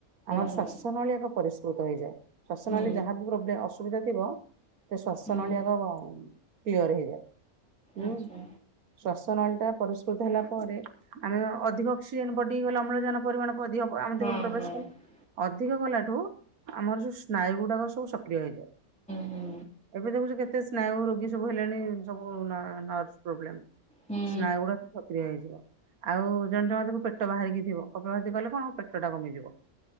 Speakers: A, on the right (about 80°); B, in the centre.
A: ଆମର
B: ହଁ
A: ଶ୍ୱାସ ନଳୀ ଏକ ପରିଷ୍କୃତ ହେଇଯାଏ। ଶ୍ୱାସ ନଳୀରେ
B: ହୁଁ
A: ଯାହାବି ପ୍ରୋବ୍ଲେ ଅସୁବିଧା ଥିବ ସେ ଶ୍ୱାସ
B: ହୁଁ
A: ନଳୀ ଆଗ କ୍ଳିଅର ହେଇଯାଏ
B: ଆଚ୍ଛା
A: ଉଁ ଶ୍ଵାସ ନଳିଟା ପରିଷ୍କୃତ ହେଲା ପରେ। ଆମେ ଅଧିକ ଅକ୍ସିଜେନ ବଡିକୁ ଗଲା ଅମ୍ଳଜାନ ପରିମାଣ ପ ଅଧିକ ଆମ
B: ହଁ
A: ଦେହକୁ ପ୍ରବେଶ
B: ହଁ
A: କଲା। ଅଧିକ ଗଲାଠୁ ଆମର ଯୋଉ ସ୍ନାୟୁ ଗୁଡାକ ସବୁ ସକ୍ରିୟ ହେଇଯାଏ।
B: ହୁଁ
A: ଏବେ ଦେଖୁଛୁ କେତେ ସ୍ନାୟୁ ରୋଗୀ ସବୁ ହେଲେଣି ସବୁ ନ ନର୍ସ ପ୍ରୋବ୍ଲେମ।
B: ହୁଁ
A: ସ୍ନୟଗୁଡାକ ସକ୍ରିୟ ହେଇଯିବ। ଆଉ ଜଣ ଜଣକ ଦେଖିବୁ ପେଟ ବାହାରିକି ଥିବ କପାଳଭାରତି କଲେ କଣ ପେଟ ଟା କମିଯିବ।